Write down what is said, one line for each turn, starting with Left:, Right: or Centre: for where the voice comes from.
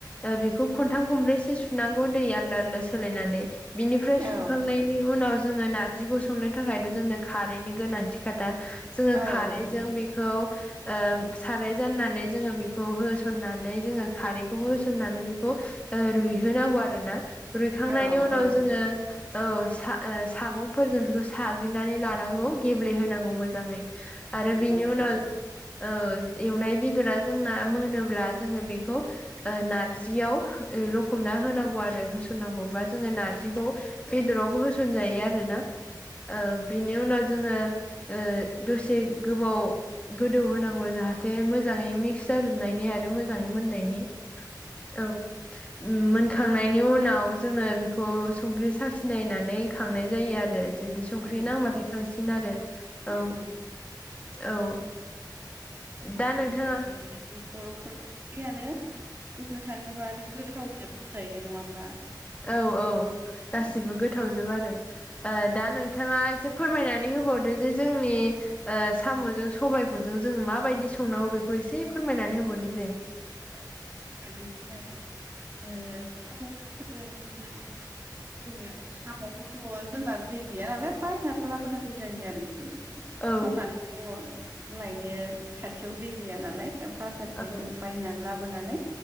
Left: ओ बेखौ खनथाम खनब्रैसो सुनांगौ दै आलदा आलदा सोलायनानै बिनिफ्राय
Right: औ
Left: सुखांनायनि। उनाव जोङो नारजिखौ संनो थाखायथ जोंनो खारैनि गोनांथि खाथार। जोङो
Right: औ
Left: खारैजों
Right: नंगौ
Left: बेखौ। ओ-साराय जाननानै जोङो बेखौ होसननानै जोङो खारैखौबो होसननानै बेखौ। ओ रुइहोनांगौ आरो ना रुइखांनायनि
Right: औ
Left: उनाव
Right: औ
Left: जोङो औ सा ओ सागंफोरजों बेखौ साग्लिनानै लानांगौ गेब्लेहोनांगौ मोजाङै। आरो
Right: नंगौ
Left: बिनि
Right: नोंथां
Left: उनाव औ एवनाय बेदरा जोंना मोनोब्ला जोङो बेखौ ओ नारजियाव रखमना होनांगौ आरो होसननांगौ बा जोङो नारजिखौ बेदरावबो होसनजायो आरोना। ओ बिनि उनाव जोङो ओ दसे गोबाव गोदौ होनांगौ जाहाथे मोजाङै मिक्स जाजोबनायनि आ आरो मोजाङै मोननायनि औ उम मोनखांनायनि उनाव जोङो बेखौ संख्रि साखिनायनानै खांनाय जायो आरो जुदि संख्रि
Right: औ
Left: नांबाथाय खांसिगोन आरो औ
Right: नंगौ
Left: औ ओ
Right: गोथाव
Left: दा नोंथाङा
Right: जोंनि बर'फोरनि ओंख्रियानो बुंनो थाङोब्ला आरो गोथाव जोब होनजायो नङा होमबा?
Left: औ औ गासिबो
Right: औ
Left: गोथावजोब आरो।
Right: औ
Left: दा नोंथाङा एसे फोरमायनानै होबावदो जे जोंनि ओ साम'जों सबाइखौ जों जों माबायदि संनांगौ बेखौ एसे फोरमायनानै होबावदो दे।
Right: औ हागोन फोरमायनो ओ साम'जों सजों होनोबा जोङो साम'खौथ' जोंना दै गैया नालाय बायनानै लाबोनांगौ जायो आरोखि
Left: औ
Right: खननानैथ' लायनो खाथियाव दै गैया नालाय दा बाजारनिफ्राय
Left: औ
Right: जों बायनानै लाबोनानै